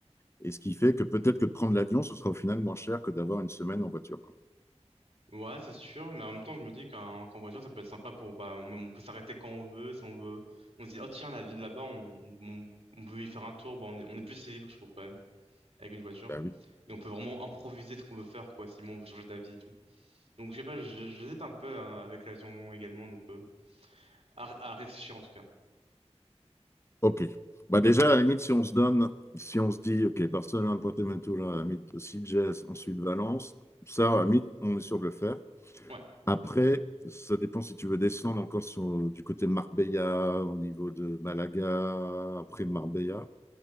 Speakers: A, on the left; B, on the right.
A: Et ce qui fait que peut-être que de prendre l'avion, ce sera au final moins cher que d'avoir une semaine en voiture, quoi.
B: Ouais, c'est sûr, mais en même temps, je me dis qu'en qu'en voiture, ça peut être sympa pour, bah, on, on peut s'arrêter quand on veut, si on veut. On se dit, oh tiens, la ville là-bas, on, on, on veut y faire un tour, bah, on est, on est plus libre, je trouve, quand même, avec une voiture.
A: Bah oui.
B: Et on peut vraiment improviser ce qu'on veut faire, quoi, si on veut changer d'avis et tout. Donc, je sais pas, je- j'hésite un peu euh, avec l'avion également, donc, euh, à, à réfléchir en tout cas.
A: OK. Bah déjà, à la limite, si on se donne, si on se dit, OK, Barcelone, Porto-Ventura, à la limite, Sitges, ensuite Valence, ça, à la limite, on est sûr de le faire.
B: Ouais.
A: Après, ça dépend si tu veux descendre encore sur, du côté de Marbella, au niveau de Malaga, après Marbella.